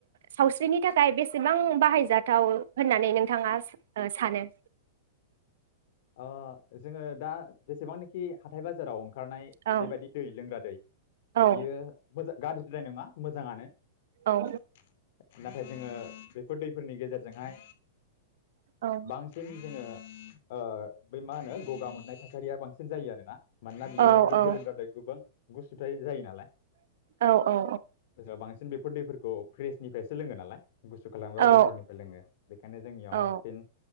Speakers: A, on the right (about 75°); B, on the left (about 60°).
A: सावस्रिनि थाखाय बेसेबां बाहायजाथाव होननानै नोंथाङा सा सानो?
B: अ जोङो दा जेसेबांनोखि हाथाय बाजाराव ओंखार ओंखारनाय
A: औ
B: बेबायदि दै लोंग्रा दै
A: औ
B: बियो मोजां गाज्रि द्राय नङा मोजाङानो ।
A: औ
B: नाथाय जोङो बेफोर दै फोरनि गेजेरजोंहाय
A: औ
B: बांसिन जोङो ओ बै मा होनो गगा मोननाय थासारिया बांसिन जायो आरो ना मानोना बियो
A: औ औ
B: गोलोमज गोबां गुसुथ जायो नालाय
A: औ औ
B: ज बांसिन बेफोर दैफोरखौ फ्रेसनिफ्रायसो लोङो नालाय । गुसु खालामोबा
A: औ
B: जन्थ्रनिफ्राय लोङो बेखायनो जोंनियाव
A: औ
B: बांसिन